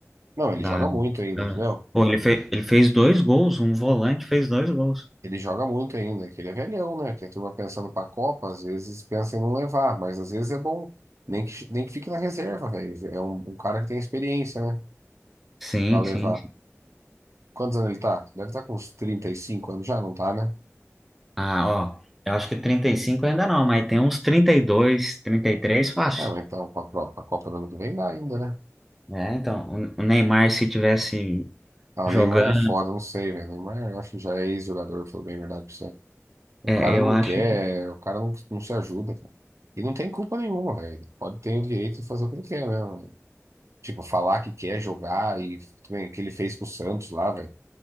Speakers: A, on the right (about 65°); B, in the centre.
A: Não, ele
B: da,
A: joga muito ainda,
B: da...
A: entendeu?
B: Pô, ele, fe, ele fez dois gols, um volante fez dois gols.
A: Ele joga muito ainda, que ele é velhão, né? Que a turma pensando pra Copa, às vezes pensa em não levar, mas às vezes é bom. Nem que, nem que fique na reserva, velho. É um, um cara que tem experiência, né?
B: Sim,
A: Pra levar.
B: sim.
A: Quantos anos ele tá? Deve estar com uns 35 anos já, não tá, né?
B: Ah, ó, eu acho que 35 ainda não, mas tem uns trinta trinta e dois trinta e três fácil.
A: É, mas então, pra, pró- pra Copa do ano que vem dá ainda, né?
B: É, então, o o Neymar se tivesse
A: Ah,
B: jogando,
A: o Neymar é foda, não sei, velho. O Neymar, eu acho que já é ex-jogador, falou bem a verdade pra você. O
B: é,
A: cara
B: eu
A: não
B: acho.
A: quer, o cara não, não se ajuda, cara. E não tem culpa nenhuma, velho. Pode ter o direito de fazer o que ele quer mesmo. Tipo, falar que quer jogar e também o que ele fez com o Santos lá, velho,